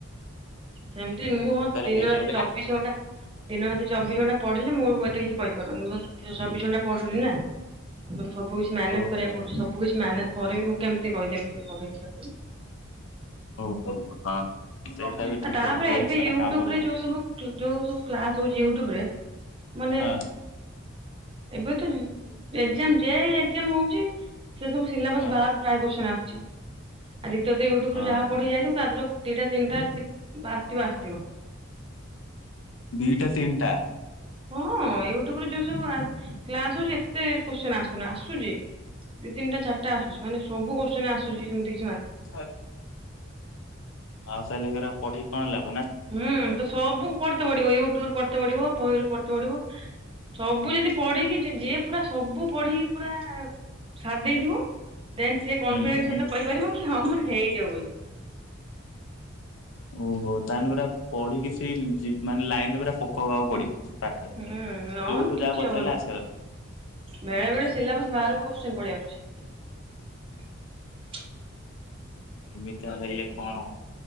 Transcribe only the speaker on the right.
ସେମତି ମୁଁ ହଁ ଦିନ
ରାତି ଚବିଶ ଘଣ୍ଟା ଦିନ ରାତି ଚବିଶ ଘଣ୍ଟା ପଢିଲେ ମୁଁ ଏତେ କିଛି କହିି <unintelligible> ଚବିଶଣ୍ଟା ପଡୁନି ନା ତମ ସବୁ କି ମ୍ୟାନେଜ
କରିବାକୁ ପଡୁଛି ସବୁ କିଛି ମ୍ୟାନେଜ ପରେ ବି ମୁଁ କେମତି କହିଦେବି ଆମ ହେଇ
ଆଉ
ତାପରେ
ଏବେ
ୟୁଟ୍ୟୁବ
ରେ ଯୋଉ ସବୁ ଯୋଉ ସବୁ କ୍ଲାସ ହଉଛି ୟୁଟ୍ୟୁବରେ ମାନେ
ଏବେ ତ ଉଁ ଏକ୍ଜାମ ଯେ ଏକ୍ଜାମ ହଉଛି ସେ ସବୁ ସିଲାବସ
ବାହାରୁ ପ୍ରାୟେ କ୍ୱଶ୍ଚିନ ଆ ଜି ଆଉ ଦ୍ୱିତୀୟତଃ ୟୁଟ୍ୟୁବ
ରୁ ଯାହା
ପଢେଇ ଯାଇଥିବ ତା ଦେହରୁ ଦିଟା ତିନିଟା ଯଦି ଆସିଥିବ ଆସିଥିବ।
ହଁ ୟୁଟ୍ୟୁବରେ ଯୋଉ ସବୁ କ୍ଲାସ ହଉଛି ଏତେ କ୍ୱାଶ୍ଚିନ ଆସୁନି ଆସୁଛି। ଦି ତିନଟା ଚାରଟା ଆସୁଚି ମାନେ ସବୁ କ୍ୱାଶ୍ଚିନ ଆସୁଛି ସେମତି
ହୁଁ ତ ସବୁକୁ ପଢତେ ପଡିବ ୟୁଟ୍ୟୁବୁ ପଢତେ ପଢିବ ବହିରୁ ପଢତେ ପଢଡିବ ସବୁ ଯଦି ପଢିକି ଯିଏ ପୁରା ସବୁ ପଢିକି ପୁରା ସାଦେ ଦେଇଥିବ ଦେନ୍ ସିଏ କନଫିଡେନ୍ସ
ସତ କହିପାରିବ କିଁ ମର ହେଇଯିବ ବୋଲି।
ହୁଁ ନହନି
କିଛି
ହବନି
ବେଳେ ବେଳେ ସିଲାବସ୍ ବାହାରକୁ କୋଶ୍ଚନ ପଳେଇବା। <unintelligible>